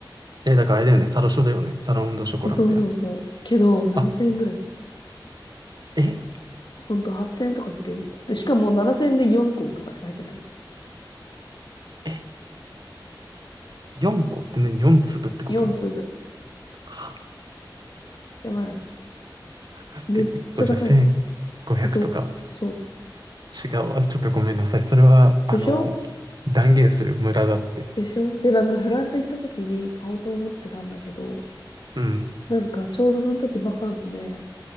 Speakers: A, on the right; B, on the left.
A: え、だからあれだよね、サロショだよね。サロンドショコラみたいな。
B: え、そうそうそう。けど、7000円ぐらいする。
A: あ、え
B: ほんと、8000円とかするよ。で、しかも7000円で4個とかしか入ってないの。
A: え4個ってね、4粒ってこと
B: 4粒。
A: は
B: やばいよね。
A: だって、
B: めっちゃ高いよ。
A: 1個じゃ1500とか。
B: えそう、そう。
A: 違うわ。ちょっとごめんなさい。それは、あの、
B: でしょ
A: 断言する無駄だって。
B: でしょで、なんかフランス行った時に買おうと思ってたんだけど、
A: うん。
B: なんかちょうどその時バカンスで、